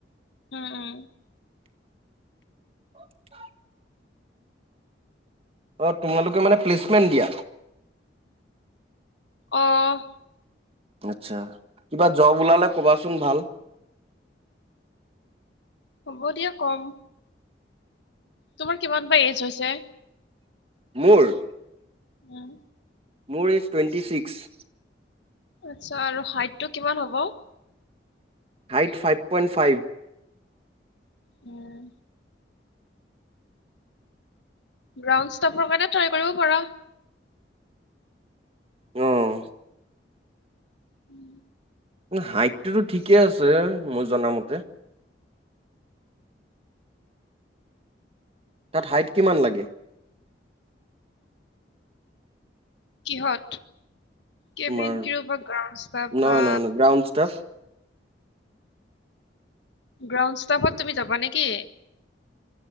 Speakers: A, on the left; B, on the right.
A: উম - উম।
B: <unintelligible> অ' তোমালোকে মানে প্লেচমেণ্ট দিয়া?
A: আহ
B: আচ্ছা, কিবা জব ওলালে কবাচোন ভাল।
A: হ'ব দিয়ক কম। তোমাৰ কিমান বা এ'জ হৈছে?
B: মোৰ
A: উম
B: মোৰ এইজ টুৱেণ্টি ছিক্স
A: আচ্ছা আৰু হাইটটো কিমান হ'ব?
B: Height five point five.
A: উম। গ্ৰাউণ্ড ষ্টফৰ কাৰণেট্ৰাই কৰিব পৰা
B: উম।
A: উম
B: হাইটটোতো ঠিকে আছে মই জনামতে তাত হাইট কিমান লাগে
A: কিহত কেবিন
B: তোমাৰ
A: কি গ্ৰ
B: নহয়
A: বা
B: নহয় নহয় গ্ৰাউণ্ড ষ্টাফ
A: গ্ৰাউণ্ড ষ্টাফত তুমি যাবা নেকি?